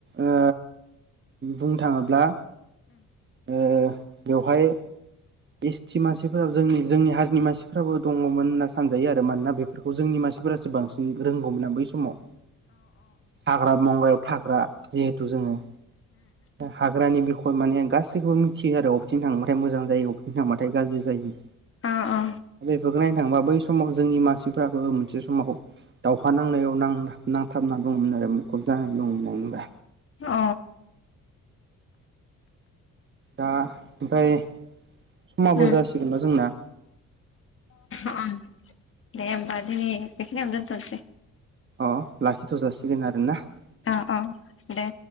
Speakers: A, on the right; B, on the left.
A: ओ बुंनो थाङोब्ला ओ बेवहाय एस टि मानसिफोराबो जोंनि जोंनि हारिनि मानसिफ्राबो दङमोन होनना सानजायो आरो मानोना बेफोरखौ जोंनि मान सिफोरासो बांसिन रोंगौमोन आ बै समाव । हाग्रा बंग्रायाव थाग्रा जिहेथु जोङो । हाग्रानि बि खय माने गासैखौबो मिथियो आरो अबेथिं थांबाथाय मोजां जायो बबेथिं थांबाथाय गाज्रि जायो ।
B: अ अ
A: बैफोरखो नायनो थांबा बै समाव जोंनि मानसिफ्राबो मोनसे समाव दावउहा नांनायाव नां नांथाबना दंमोन आरो मुखुब जानानै दंमोन आ
B: अ
A: दा ओमफाय समाबो
B: उम
A: जासिगोनना जोंना
B: अ दे होमबा दिनै बेखिनियाव दोनथ'नोसै ।
A: अ लाखि थ'जासिगोन आरोना ।
B: अ अ दे